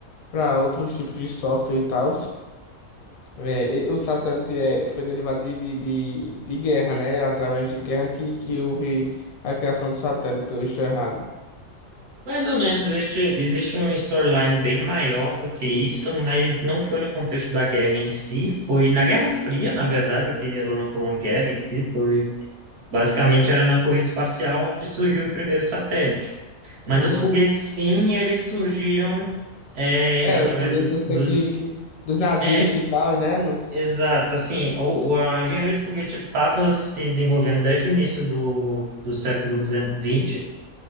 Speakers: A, on the left (about 85°); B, on the right (about 65°).
A: para outros tipos de software e tal. É, e- o satélite é, foi derivado de, de, de, de guerra, né? Através de guerra que, que houve a criação do satélite. Eu estou errado.
B: Mais ou menos, existe, existe uma storyline bem maior do que isso, mas não foi no contexto da guerra em si, foi na Guerra Fria, na verdade, o que ela não foi uma guerra em si, foi basicamente era na corrida espacial onde surgiu o primeiro satélite. Mas
A: Uhum.
B: os foguetes, sim, eles surgiram é,
A: É,
B: através
A: os foguetes
B: dos,
A: eu sei
B: dos...
A: que, que dos nazistas
B: É,
A: e tal, né? Nos,
B: exato, assim, o, o- a engenharia de foguete estava se desenvolvendo desde o início do, do século vinte